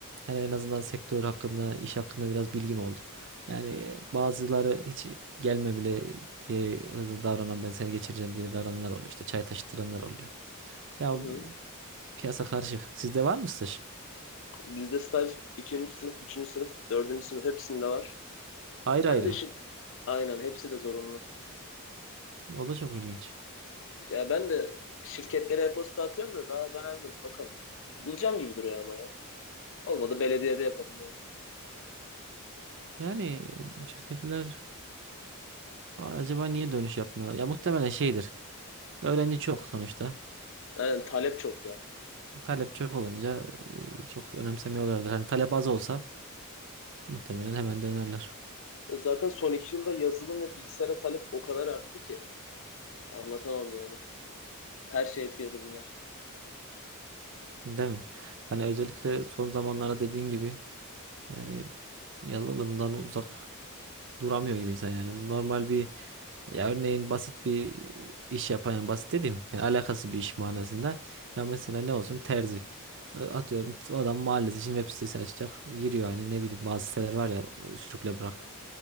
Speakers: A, on the right; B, on the left.
A: Yani en azından sektör hakkında, iş hakkında biraz bilgim oldu. Yani e, bazıları hiç gelme bile diye e, davranan ben seni geçireceğim diye davrananlar oluyor. İşte çay taşıtıranlar oluyor. Ya
B: Hı hı.
A: Piyasa karışık. Sizde var mı staj?
B: Bizde staj ikinci sınıf, üçüncü sınıf, dördüncü sınıf hepsinde var.
A: Ayrı
B: Ben
A: ayrı.
B: de şi- aynen hepsi de zorunlu.
A: O da çok ilginç.
B: Ya ben de şirketlere e-posta atıyorum da daha dönen yok bakalım. Bulacağım gibi duruyor ama ya. Olmadı belediyede yaparım yani.
A: Yani e, şirketler acaba niye dönüş yapmıyorlar? Ya muhtemelen şeydir. Öğrenci çok sonuçta.
B: Aynen talep çok ya.
A: Talep çok olunca e, çok önemsemiyorlardır. Hani talep az olsa muhtemelen hemen dönerler.
B: Zaten son iki yılda yazılım ve bilgisayara talep o kadar arttı ki. Anlatamam yani. Her şey etkiledi bunlar.
A: Değil mi? Yani özellikle son zamanlarda dediğin gibi yani yazılımdan uzak duramıyor gibi insan yani. Normal bir Ya örneğin basit bir iş yapan yani basit dediğim yani alakasız bir iş manasında. Ya mesela ne olsun terzi. E, Atıyorum adam mahallesi için web sitesi açacak. Giriyor hani ne bileyim bazı siteler var ya o sürükle bırak.